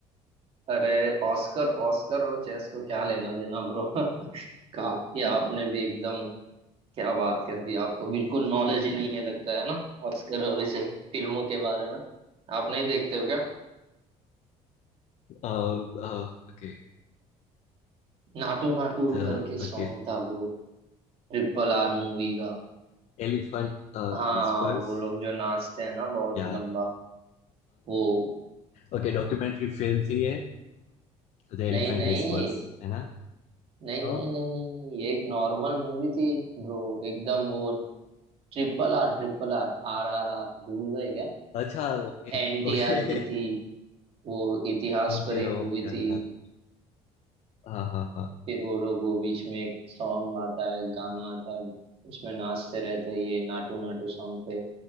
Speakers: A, on the right; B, on the left.
A: अरे ऑस्कर ऑस्कर और चेस को क्या लेना देना ब्रो <laughs> कहा ये आपने भी एकदम क्या बात कर दी आपको बिल्कुल नॉलेज ही नहीं है लगता है ना ऑस्कर और इस फिल्मों के बारे में आप नहीं देखते हो क्या
B: Okay
A: नाटू नाटू
B: okay
A: करके सॉन्ग था ब्रो ट्रिपल आर मूवी का
B: Elephant
A: हाँ
B: whispers
A: वो लोग जो नाचते हैं ना बहुत
B: <laughs> या
A: लंबा वो
B: ओके डॉक्यूमेंट्री फिल्म थी ये द एलिफेंट
A: नहीं नहीं
B: विस्पर्स है ना
A: नहीं नहीं
B: हाँ?
A: नहीं नहीं नहीं ये एक नॉर्मल मूवी थी ब्रो एकदम वो triple R triple R R R R भूल गए क्या
B: अच्छा ओके
A: एनटीआर
B: Okay
A: की थी वो इतिहास
B: okay
A: परी
B: okay
A: मूवी थी
B: <laughs> हाँ हाँ हाँ
A: फिर वो लोग वो बीच में एक सॉन्ग आता है गाना आता है उसमें नाचते रहते हैं ये नाटू नाटू सॉन्ग पे